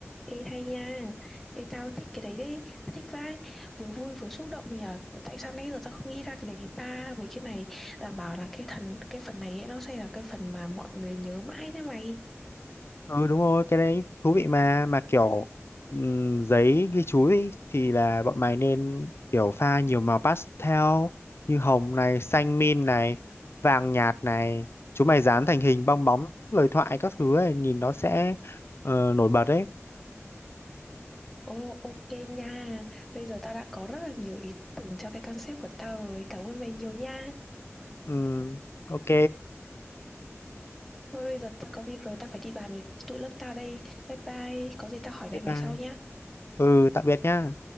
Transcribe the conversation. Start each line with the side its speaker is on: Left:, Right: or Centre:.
Centre: ê hay nha. Ê, tao thích cái đấy đấy, tao thích vãi. Vừa vui vừa xúc động nhở. Tại sao nãy giờ tao không nghĩ ra cái đấy ta? Mấy cái này đảm bảo là cái thần, cái phần này ấy, nó sẽ là cái phần mà mọi người nhớ mãi đấy mày.
Left: ừ đúng rồi cái đấy thú vị mà mà kiểu ừm, giấy ghi chú ý, thì là bọn mày nên kiểu pha nhiều màu pastel như hồng này xanh min này vàng nhạt này chúng mày dán thành hình bong bóng lời thoại các thứ ấy nhìn nó sẽ ờ, nổi bật đấy.
Centre: Ồ, ok nha. Bây giờ tao đã có rất là nhiều ý tưởng cho cái concept của tao rồi. Cảm ơn mày nhiều nha.
Left: Ừm, ok
Centre: Thôi bây giờ tao có việc rồi, tao phải đi bàn với tụi lớp tao đây. Bye bye. Có gì tao hỏi
Left: bye
Centre: lại mày
Left: bye
Centre: sau nha.
Left: ừ tạm biệt nhá